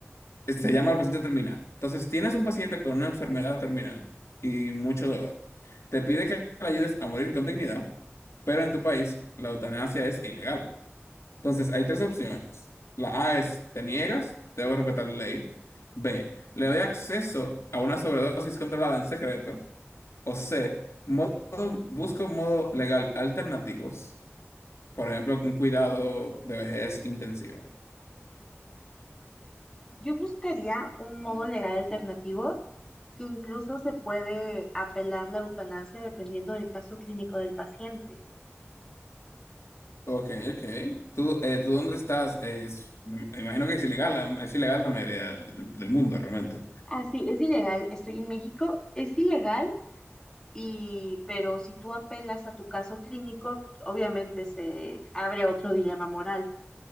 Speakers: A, on the left; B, on the left.
A: se llama el paciente terminal. Entonces, tienes un paciente con una enfermedad terminal y mucho dolor. Te pide que le ayudes a morir con dignidad, pero en tu país la eutanasia es ilegal. Entonces, hay tres opciones. La A es, te niegas, debo respetar la ley. B, le doy acceso a una sobredosis controlada en secreto. O C, modo, busca un modo legal alternativos, por ejemplo, un cuidado de vejez intensivo.
B: yo buscaría un modo legal alternativo que incluso se puede apelar la eutanasia dependiendo del caso clínico del paciente.
A: Ok, ok. ¿Tú, eh, tú dónde estás? Es- me imagino que es ilegal, la- es ilegal la mayoría del, del mundo realmente.
B: Ah, sí, es ilegal. Estoy en México. Es ilegal, y, pero si tú apelas a tu caso clínico, obviamente se abre otro dilema moral.